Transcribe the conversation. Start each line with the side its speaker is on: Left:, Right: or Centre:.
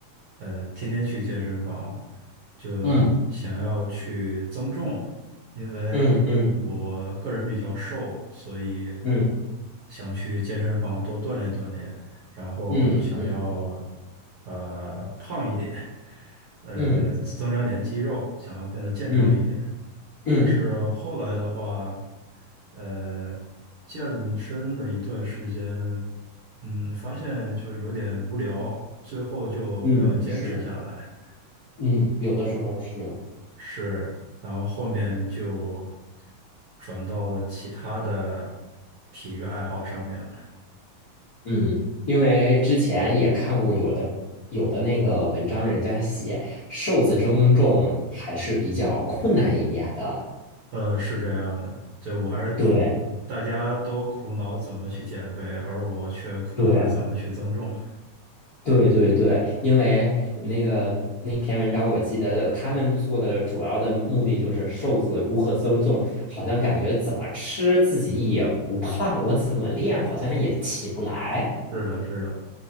Right: 呃，天天去健身房，就想要去增重，
Left: 嗯，
Right: 因为
Left: 嗯嗯
Right: 我个人比较瘦，所以
Left: 嗯
Right: 想去健身房多锻炼锻炼，然后想要
Left: 嗯嗯
Right: 呃胖一点，呃，
Left: 嗯
Right: 增长点肌肉，想要变得健壮一点。
Left: 嗯嗯
Right: 但是后来的话，呃，健身了一段时间，嗯，发现就有点无聊，最后就没有坚持下来。
Left: 嗯，是，嗯，有的时候是。
Right: 是，然后后面就转到了其他的体育爱好上面了。
Left: 嗯，因为之前也看过有的有的那个文章，人家写瘦子增重还是比较困难一点的。
Right: 呃，是这样的，对，我还是
Left: 对
Right: 大家都苦恼怎么去减肥，而我却苦恼着怎么去增重。
Left: 对对对对，因为那个那篇文章，我记得他们做的主要的目的就是瘦子如何增重，好像感觉怎么吃自己也不胖，我怎么练好像也起不来。
Right: 是的，是的，